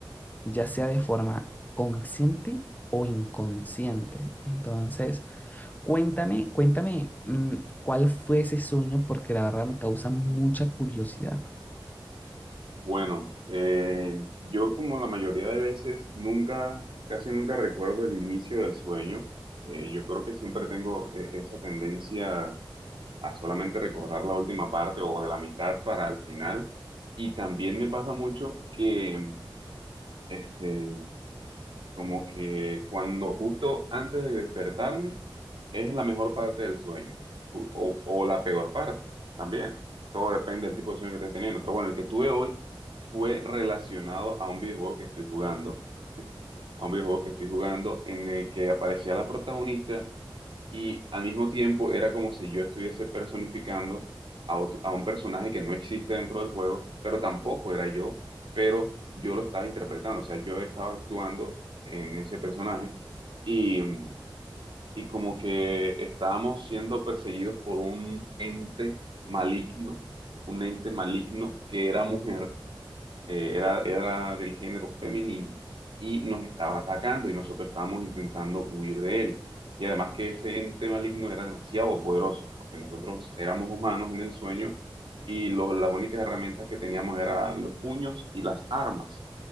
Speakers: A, on the left; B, on the right.
A: ya sea de forma consciente o inconsciente. Entonces, cuéntame, cuéntame mm, cuál fue ese sueño, porque la verdad me causa mucha curiosidad.
B: Bueno, eh, yo como la mayoría de veces nunca, casi nunca recuerdo el inicio del sueño. Eh, yo creo que siempre tengo eh, esa tendencia a solamente recordar la última parte o de la mitad para el final. Y también me pasa mucho que este, Como que cuando justo antes de despertarme es la mejor parte del sueño u- o, o la peor parte también. Todo depende del tipo de sueño que estés teniendo. Pero bueno, el que tuve hoy fue relacionado a un videojuego que estoy jugando, a un videojuego que estoy jugando en el que aparecía la protagonista y al mismo tiempo era como si yo estuviese personificando a otro- a un personaje que no existe dentro del juego, pero tampoco era yo, pero yo lo estaba interpretando, o sea, yo estaba actuando en ese personaje y, mm, y como que estábamos siendo perseguidos por un ente maligno, un ente maligno que era mujer eh, era, era del género femenino y nos estaba atacando y nosotros estábamos intentando huir de él. Y además que ese ente maligno era demasiado poderoso, porque nosotros éramos humanos en el sueño y los, las únicas herramientas que teníamos eran los puños y las armas.